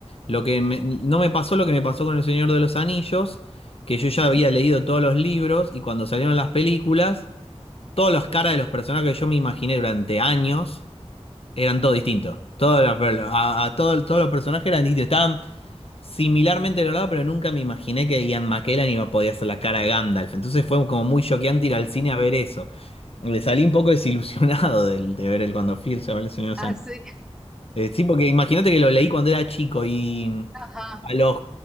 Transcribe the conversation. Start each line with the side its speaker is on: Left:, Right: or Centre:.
Left: lo que me- no me pasó lo que me pasó con El Señor de los Anillos, que yo ya había leído todos los libros y cuando salieron las películas, todas las caras de los personajes que yo me imaginé durante años eran todo distinto. Todos los, a, a todos, todos los personajes eran distintos similarmente logrado, pero nunca me imaginé que Ian McKellen iba a poder hacer la cara de Gandalf. Entonces fue como muy choqueante ir al cine a ver eso. Le salí un poco <laughs> desilusionado del, de ver el cuando fui el Señor de los
Centre: Ah,
Left: Anillos.
Centre: sí, <laughs>
Left: Eh, sí, porque imagínate que lo leí cuando era chico y
Centre: ajá,
Left: a los